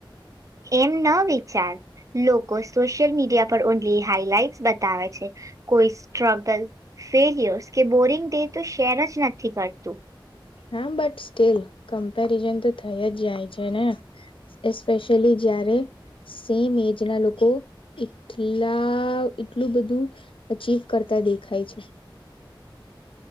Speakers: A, on the right; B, on the left.
A: એમ ન વિચાર લોકો સોશિયલ મીડિયા પર ઓનલી હાઈલાઈટ બતાવે છે કોઈ સ્ટ્રગલ ફેલર્સ કે બોરિંગ ડે તો શેર જ નથી કરતું
B: હા બટ સ્ટીલ કમ્પેરિઝન તો થયા જ જાય છે ને એસ્પેશિયલી જયારે સેમ એજ ના લોકો એટલા એટલું બધું અચીવે કરતા દેખાય છે